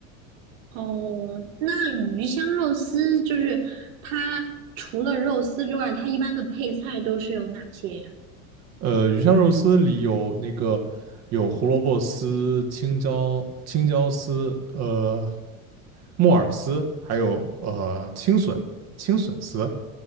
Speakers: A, on the right; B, on the right.
A: 哦，那鱼香肉丝就是它除了肉丝之外，它一般的配菜都是有哪些呀？
B: 呃，鱼香肉丝里有那个有胡萝卜丝、青椒青椒丝，呃。木耳丝，还有呃青笋、青笋丝，